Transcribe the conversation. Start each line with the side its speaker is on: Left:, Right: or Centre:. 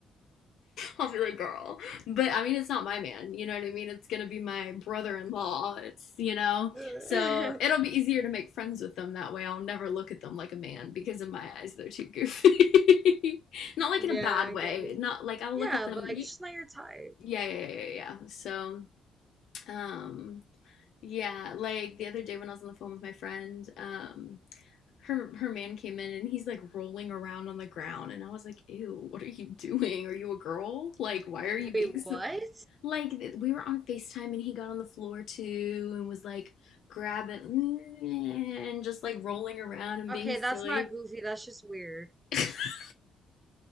Left: I'll be like, girl. But I mean, it's not my man, you know what I mean? It's gonna be my brother-in-law. It's, you know,
Right: <laughs>
Left: so it'll be easier to make friends with them that way. I'll never look at them like a man because in my eyes they're too goofy. <laughs> Not like
Right: Yeah,
Left: in a bad
Right: no, I
Left: way.
Right: get you.
Left: Not like I'll
Right: Yeah,
Left: look at them.
Right: but like
Left: y-
Right: it's just not your type.
Left: Yeah, yeah, yeah, yeah. yeah. So, um, yeah, like the other day when I was on the phone with my friend, um. her her man came in and he's like rolling around on the ground and I was like, "Ew, what are you doing? Are you a girl? Like, why are you being
Right: Wait, what?
Left: so like we were on FaceTime and he got on the floor too and was like grabbing <laughs> and just like rolling around and
Right: Okay,
Left: being silly."
Right: that's not goofy. That's just weird.
Left: <laughs>